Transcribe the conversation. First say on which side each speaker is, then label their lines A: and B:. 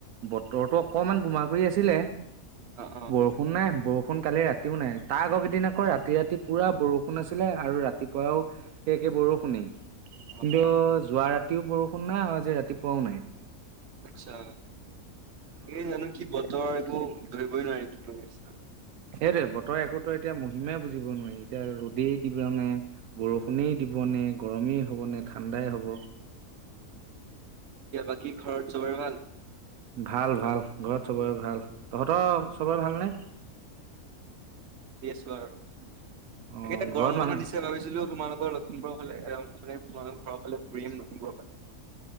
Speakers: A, on the right; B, on the right.
A: বতৰটো অকমান গোমা কৰি আছিলে।
B: অ'-অ'।
A: বৰষুণ নাই, বৰষুণ কালি ৰাতিও নাই, তাৰ আগৰ গিদিন আ কৌ ৰাতি ৰাতি পুৰা বৰষুণ আছিলে, আৰু ৰাতিপুৱাও সেই একে বৰষুণেই। কিন্তু
B: অ অ
A: যোৱা ৰাতিও বৰষুণ নাই, আৰু আজি ৰাতিপুৱাও নাই।
B: আচ্ছা। এই জানো কি বতৰ একো, ধৰিবই নোৱাৰি <unintelligible>
A: সেইটোৱে বতৰ একো তই এতিয়া মহিমাই বুজিব নোৱাৰি, এতিয়া ৰ'দেই দিবনে বৰষুণেই দিব নে, গৰমেই হ'ব নে, ঠাণ্ডাই হ'ব।
B: এতিয়া বাকী ঘৰত চবৰে ভাল?
A: ভাল ভাল, ঘৰত সবৰে ভাল, তহঁতৰ চবৰে ভালনে?
B: দি আছোঁ আৰু, তাকে
A: অ
B: এতিয়া গৰম
A: ঘৰত
B: বন্ধ
A: মানুহ
B: দিছে ভাবিছিলোঁ তোমালোকৰ ল লখিমপুৰৰ ফালে, মানে তোমালোকৰ ঘৰৰ ফালে ফুৰিম লখিমপুৰৰ ফালে।